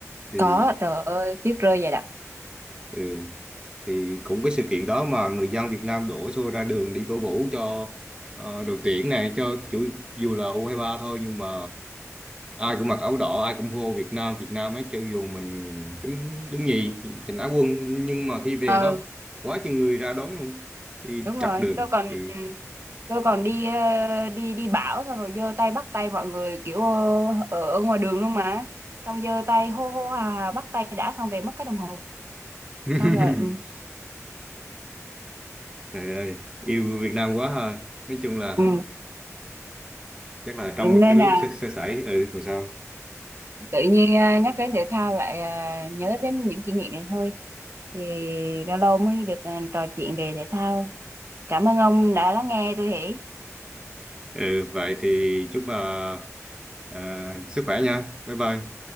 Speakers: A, on the right; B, on the right.
A: thì
B: Có, trời ơi, tuyết rơi vậy
A: ừ, thì cũng cái sự kiện đó mà người dân Việt Nam đổ xô ra đường đi cổ vũ cho ờ, đội tuyển này cho chủ dù là u hai ba thôi nhưng mà ai cũng mặc áo đỏ ai cũng hô Việt Nam Việt Nam ấy cho dù mình đứng đứng nhì giành Á quân nhưng mà khi về
B: đặc.
A: đó quá chừng người ra đón luôn đi
B: đúng
A: chặt
B: rồi
A: đường
B: tôi còn
A: ừ.
B: tôi còn đi ờ, đi đi bão xong rồi giơ tay bắt tay mọi người kiểu ờ, ở, ở ngoài đường luôn mà xong giơ tay hô hô hào hào bắt tay đã xong về mất cái đồng hồ
A: <laughs>
B: xong rồi ừ,
A: trời ơi yêu Việt Nam quá ha nói chung là
B: ừ.
A: chắc là trong
B: nên
A: cái lúc
B: là
A: sơ, sơ sẩy ừ rồi sao
B: tự nhiên ờ, nhắc đến thể thao lại ờ, nhớ đến những kỷ niệm này thôi thì lâu lâu mới được ờ, trò chuyện về thể thao cảm ơn ông đã lắng nghe tôi hỉ
A: ừ vậy thì chúc bà à, sức khỏe nha bye bye